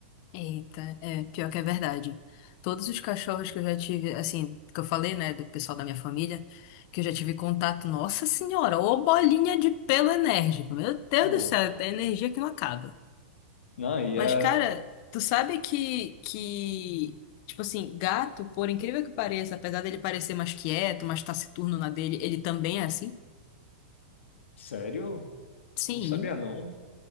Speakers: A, on the left (about 30°); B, on the left (about 85°).
A: Eita, é, pior que é verdade. Todos os cachorros que eu já tive, assim, que eu falei, né, do pessoal da minha família, que eu já tive contato, nossa senhora, ô bolinha de pelo enérgico. Meu Deus
B: Pô,
A: do céu, é energia que não acaba.
B: não, e
A: Mas,
B: é
A: cara, tu sabe que, que, tipo assim, gato, por incrível que pareça, apesar dele parecer mais quieto, mais taciturno na dele, ele também é assim?
B: sério?
A: Sim.
B: Não sabia não.